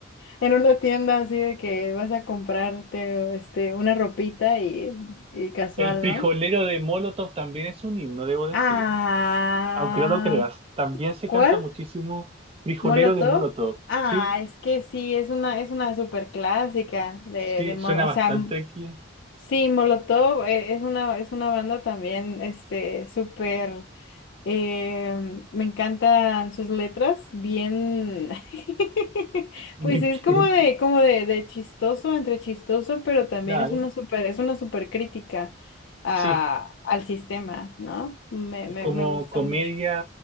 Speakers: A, on the left; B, on the right.
A: En una tienda así de que vas a comprarte este, una ropita y, y casual,
B: El frijolero
A: ¿no?
B: de Molotov también es un himno, debo decir.
A: Ah,
B: Aunque no lo creas, también se
A: ¿cuál?
B: canta muchísimo frijolero
A: ¿Molotov?
B: de Molotov.
A: Ah,
B: Sí,
A: es que sí, es una, es una súper clásica de,
B: sí,
A: de, Mo-
B: suena
A: o
B: bastante
A: sea...
B: aquí.
A: Sí, Molotov eh, es una, es una banda también, este, súper, eh, me encantan sus letras, bien,
B: <laughs>
A: <laughs>
B: Bien
A: pues es
B: que-
A: como de, como de, de chistoso, entre chistoso, pero también
B: Claro,
A: es una súper, es una súper crítica a,
B: sí.
A: al sistema, ¿no? Me,
B: Es
A: me,
B: como
A: me gusta
B: comedia
A: mucho.